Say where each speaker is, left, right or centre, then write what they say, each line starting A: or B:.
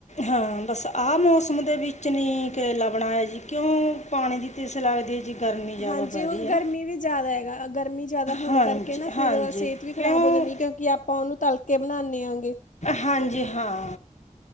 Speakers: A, on the left; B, on the left.
A: ਹਾਂ, ਬਸ ਆਹ ਮੌਸਮ ਦੇ ਵਿੱਚ ਚ, ਨੀ ਕਰੇਲਾ ਬਣਾਇਆ ਜੀ, ਕਿਉਂ ਪਾਣੀ ਦੀ ਤ੍ਰੇਸ ਲੱਗਦੀ ਹੈ ਜੀ ਗਰਮੀ ਜ਼ਿਆਦਾ
B: ਹਾਂਜੀ।
A: ਪੈ
B: ਹੁਣ
A: ਰਹੀ ਹੈ
B: ਗਰਮੀ ਵੀ ਜ਼ਿਆਦਾ ਹੈਗਾ, ਗਰਮੀ ਜਿਆਦਾ ਹੋਣ
A: ਹਾਂਜੀ
B: ਕਰਕੇ ਨਾ ਫਿਰ
A: ਹਾਂਜੀ
B: ਸਿਹਤ ਵੀ ਖ਼ਰਾਬ
A: ਕਿਉਂ
B: ਹੋ ਜਾਂਦੀ ਕਿਉਂਕਿ ਆਪਾਂ ਉਹਨੂੰ ਤਲਕੇ ਬਣਾਉਂਨੇ ਹਾਂ
A: ਹਾਂਜੀ ਹਾਂ।